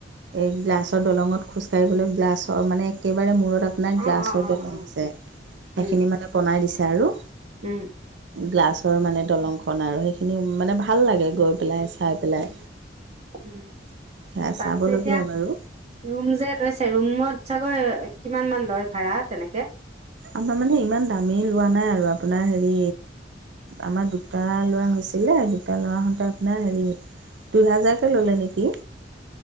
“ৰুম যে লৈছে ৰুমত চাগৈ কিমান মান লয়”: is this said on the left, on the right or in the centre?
Right